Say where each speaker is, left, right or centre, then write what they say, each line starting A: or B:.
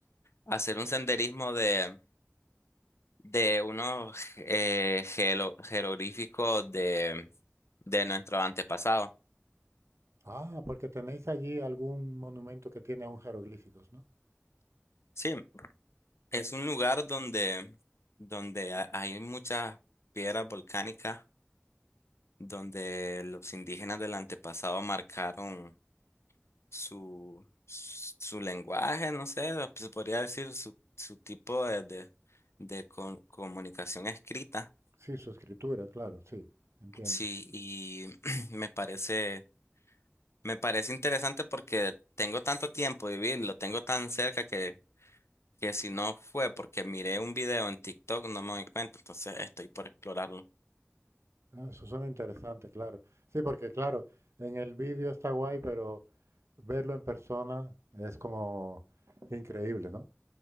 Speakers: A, on the left (about 75°); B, on the right (about 85°).
A: hacer un senderismo de, de unos eh, jelo- jeroglíficos de, de nuestro antepasado.
B: Ah, porque tenéis allí algún monumento que tiene aún jeroglíficos, ¿no?
A: Sí, es un lugar donde, donde ha- hay muchas piedras volcánicas donde los indígenas del antepasado marcaron su, su lenguaje, no sé, se podría decir su, su tipo de, de, de co- comunicación escrita.
B: Sí, su escritura, claro, sí, entiendo.
A: Sí, y <clears throat> me parece, me parece interesante porque tengo tanto tiempo de vivirlo, tengo tan cerca que, que si no fue porque miré un video en TikTok no me doy cuenta, entonces estoy por explorarlo.
B: Ah, Eso suena interesante, claro. Sí, porque claro, en el vídeo está guay, pero verlo en persona es como increíble, ¿no?